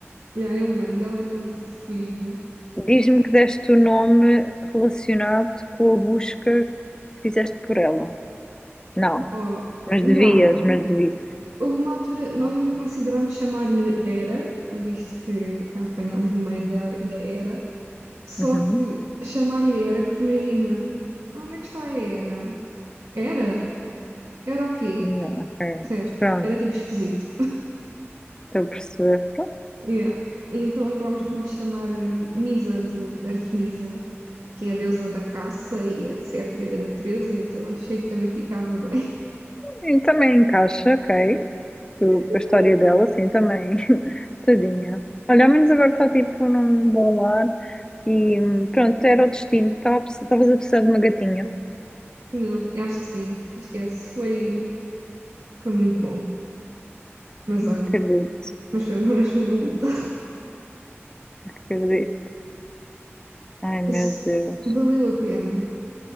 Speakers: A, on the right; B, on the left.
A: Yeah, eu mando, ela é tão fofinha.
B: Diz-me que deste o nome relacionado com a busca que fizeste por ela. Não,
A: Oh,
B: mas
A: não.
B: devias, mas devias.
A: Houve uma altura, nós ainda considerámos chamar-lhe Era, visto que a apanhámos no meio da, da Era, só
B: Uhum.
A: que chamar-lhe Era, porque imagina, onde é que está a Era? Era? Era o quê?
B: Não, ok.
A: Percebes?
B: Pronto,
A: Era tipo esquisito.
B: estou a perceber.
A: Yeah. Então acabámos por lhe chamar hum, Misa de, de Artemisa, que é a deusa da caça e etc. e da natureza, então achei que também ficava bem. <laughs>
B: E Também encaixa, ok. Com
A: Yeah.
B: a história dela, sim, também. <laughs> Tadinha. Olha, ao menos agora está tipo num bom lar e hum, pronto, era o destino. Estava a precis- Estavas a precisar de uma gatinha.
A: Não, acho que sim, esquece, foi, foi muito bom. Mas
B: Acredito,
A: olha, mas foi, <laughs> mas foi maluco.
B: acredito. Ai, meu
A: Mas
B: Deus.
A: valeu a pena.